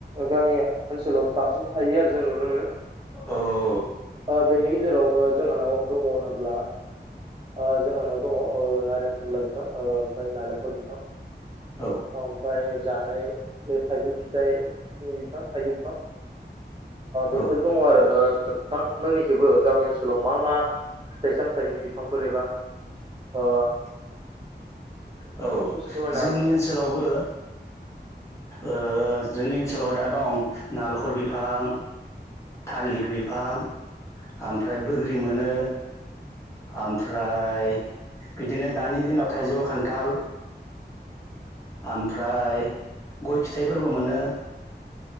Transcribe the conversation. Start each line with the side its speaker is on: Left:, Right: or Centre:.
Right: गामिया ओनसोलाव बांसिन थायो आरो जों नुनो मोनो
Left: औ
Right: बेनि गेजेराव जोंहानाव दङ' होनोब्ला ओ जोंहानाव दङ' नारें खमला बिफां ओमफ्राय नालेंखल बिफां
Left: औ
Right: ओमफाय जानाय बे थाइजौ फिथाइनि बिफां थाइजौ बिफां बेफोर
Left: औ
Right: ओ दङ' आरो ओ नोंथांमोननिखैबो गामि ओनसोलाव मा मा फिथाइ सामथाइनि बिफांफोर एबा
Left: <inaudible>
Right: ओ
Left: औ
Right: ससे फोरमायनो
Left: जोंनि
Right: हागोन नोंथां?
Left: ओनसोलावबो ओ जोंनि ओनसोलाव दा दं नालेंखर बिफां थालिर बिफां ओमफ्राय बोग्रि मोनो ओमफ्राय बिदिनो दानि दिनाव
Right: औ
Left: थाइजौ खानथाल
Right: औ
Left: ओमफ्राय गय फिथाइफोरबो मोनो